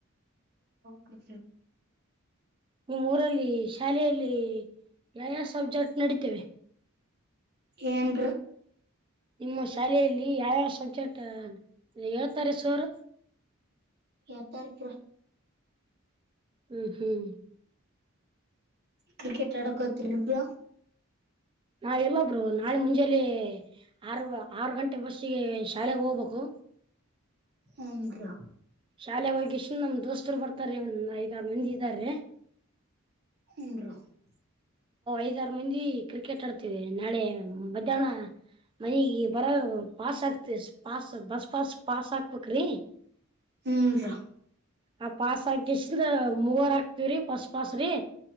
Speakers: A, on the right (about 50°); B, on the right (about 25°).
A: ಳಕ್ಕ
B: ನಿಮ್ಮ್ ಊರಲ್ಲಿ ಶಾಲೆಯಲ್ಲಿ ಯಾವ್ಯಾವ ಸಬ್ಜೆಕ್ಟ್ ನಡತೇವೆ
A: ಏನ್
B: ನಿಮ್ಮ ಶಾಲೆಯಲ್ಲಿ ಯಾವ್ಯಾವ ಸಬ್ಜೆಕ್ಟ್ ಹೇಳ್ತಾರೆ ಸೋರ್
A: ಯ ತಾರಪ
B: ಹ್ಮ್ ಹ್ಮ್
A: ಕ್ರಿಕೆಟ್ ಆಡಕ್ ಹತ್ರಿ ಇಬ್ರ
B: ನಾವ ಎಲ್ಲಬ್ರು ನಾಳೆ ಮುಂಜಾಲಿ ಆರು ಆರು ಗಂಟೆ ಬಸ್ಸಿಗೆ ಶಾಲೆೆಗೆ ಹೋಗ್ಬೇಕು
A: ಉನ ಬ್ರೋ
B: ಶಾಲೆ ಹೋಗಿ ಇಷ್ಟನ್ ನಮ್ ದೋಸ್ತರು ಬರ್ತಾರೆ ಒಂದ್ ಐದಾರ ಮಂದಿ ಇದ್ದಾರೆ
A: <unintelligible>
B: ಐದಾರು ಮಂದಿ ಕ್ರಿಕೆಟ್ ಆಡ್ತವೆ ನಾಳೆ ಮಧ್ಯಾಹ್ನ ಮನಗ್ ಬರ ಪಾಸ್ ಆಾತಿ ಪಾಸ್ ಬಸ್ ಪಾಸ್ ಪಾಸ್ ಹಾಕ್ಬೇಕ್ರಿ
A: ಹ್ಮರಿ
B: ಆ ಪಾಸ್ ಆಕಸಿದ ಮೂವರ್ ಆಕ್ತಿವ್ರಿ ಬಸ್ ಪಾಸ್ ರೀ